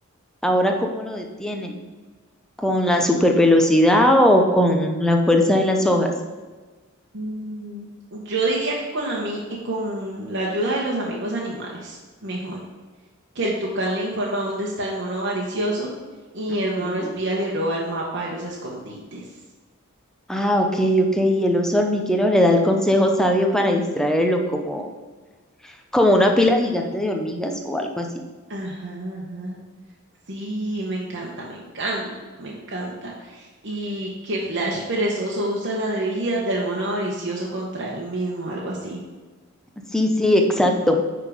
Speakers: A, in the centre; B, on the right.
A: ahora cómo lo detiene? ¿Con la supervelocidad o con la fuerza de las hojas?
B: Mm, yo diría que con la, mi- eh, con la ayuda de los amigos animales, mejor. que el tucán le informa dónde está el mono avaricioso y
A: Ujú.
B: el mono espía le roba el mapa de los escondites.
A: Ah, ok, ok. Y el oso hormiguero le da el consejo sabio para distraerlo, como como una pila gigante de hormigas o algo así.
B: Ajá, ajá. Sí, me encanta, me encanta, me encanta. Y que Flash perezoso usa la debilidad del mono avaricioso contra él mismo, algo así.
A: Sí, sí, exacto.